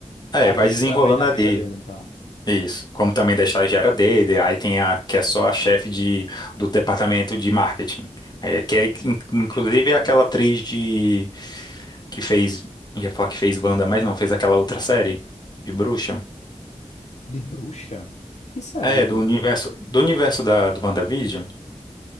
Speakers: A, on the left (about 35°); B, on the left (about 70°).
A: é,
B: Adentra
A: vai desenrolando
B: bem na
A: ali.
B: vida dele, então.
A: Isso, como também da estagiária dele, aí tem a que é só a chefe de, do departamento de marketing, é, que é, in- inclusive é aquela atriz de que fez, ia falar que fez Wanda, mas não, fez aquela outra série de bruxa.
B: De bruxa? Que série
A: É,
B: de bruxa?
A: do universo, do universo da, do WandaVision,